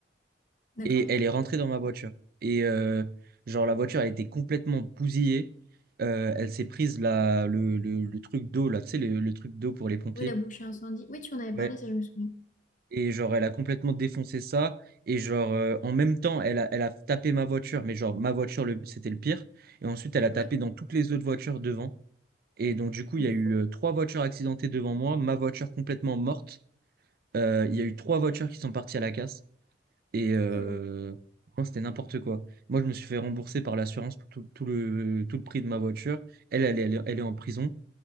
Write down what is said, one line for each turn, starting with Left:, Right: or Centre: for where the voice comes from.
Left: d'accord.
Right: et elle est rentrée dans ma voiture. Et euh, genre, la voiture, elle était complètement bousillée. Euh, elle s'est prise la, le, le- le truc d'eau, là, tu sais, le, le truc d'eau pour les pompiers.
Left: Oui, la bouche incendie. Oui, tu en avais
Right: Ouais.
Left: parlé, ça, je me souviens.
Right: Et genre, elle a complètement défoncé ça. Et genre, euh, en même temps, elle a, elle a tapé ma voiture, mais genre, ma voiture, le- c'était le pire. Et ensuite, elle a tapé
Left: Oui,
Right: dans toutes les autres voitures devant. Et donc, du coup,
Left: elle
Right: il y
Left: est
Right: a eu
Left: folle.
Right: euh, trois voitures accidentées devant moi, ma voiture complètement morte. Euh, Il y a eu trois voitures qui sont parties à la casse et euh,
Left: Oh là là.
Right: franchement, c'était n'importe quoi. Moi, je me suis fait rembourser par l'assurance pour tout, tout le, tout le prix de ma voiture. Elle, elle, est- elle, est elle est en prison